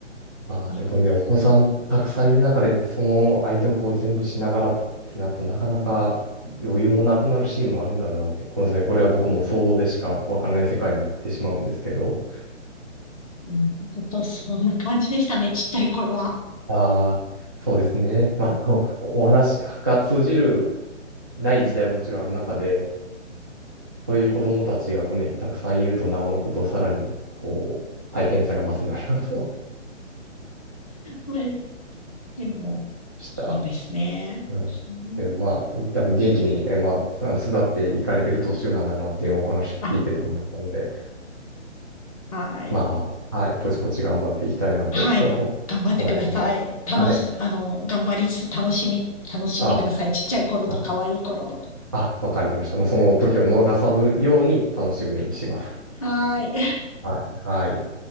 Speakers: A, on the right; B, on the left.
A: ああ、
B: う
A: でもね、お子さんたくさんいる中で、その相手をこう全部しながらってなると、なかなか余裕もなくなるシーンもあるんだろうなって、この際、これは僕も想像でしかわからない世界になってしまうんですけど、
B: ん、本当そんな感じでしたね、ちっちゃい頃は。
A: ああ、そうですね。<laughs> まあ、あのおお話が通じるない時代ももちろんある中で、そういう子供たちがね、
B: はい。
A: たくさんいると、なおのことをさらに、こう、大変さが増すんだろうなと思い
B: まあでも、
A: ました。
B: そうですね。
A: うん。
B: うん
A: けどまあ、多分元気に、え、まあ、あの、育っていかれてる途中なんだなっていうお話聞いてて思ったので、
B: あはい。
A: まあ、はい、ぼちぼち頑張っていきたいなと、
B: はい。
A: <laughs>
B: 頑張ってください。
A: はい、思う。
B: 楽し、
A: はい。
B: あの、頑張りつつ楽しみ、楽しんでください。
A: あ、
B: ちっちゃい頃と可愛い頃。
A: あ、あわかりました。まあ、その時を逃さずように楽しむようにします。
B: はい。
A: はい。はい。